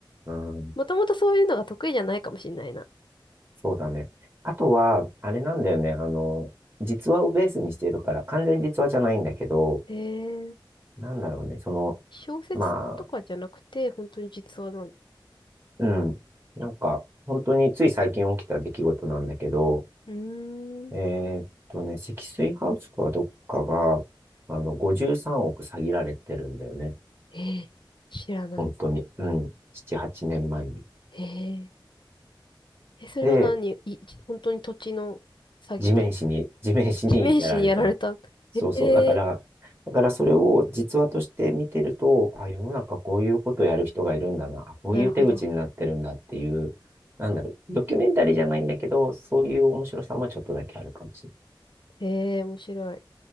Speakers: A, on the right; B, on the left.
A: うん、
B: <laughs> もともとそういうのが得意じゃないかもしんないな。
A: そうだね。あとは、あれなんだよね、あの、実話をベースにしてるから、完全に実話じゃないんだけど、
B: へえ、
A: なんだろうね、その、
B: 小説とかじゃなくて、
A: ま
B: 本当に実話なの。
A: うん。なんか、本当につい最近起きた出来事なんだけど、
B: うーん、
A: えーっとね、積水ハウスかどっかが、あの、53億詐欺られてるんだよね。
B: えー、知らない。
A: 本当に。うん。7、8年前に。
B: へえ。え、それは何い、
A: で、
B: い本当に土地の詐欺で。
A: 地面師に、地面師にやられたの。
B: 地面師にやられた。
A: そうそう。
B: え、
A: だから、
B: え
A: だからそれを実話として見てると、あ、世の中こういうことやる人がいるんだな。あこういう手口になってるんだっていう、
B: ー、なるほど。
A: なんだろう、ドキュメンタリーじゃないんだけど、そういう面白さもちょっとだけあるかもしれない。
B: ええー、面白い。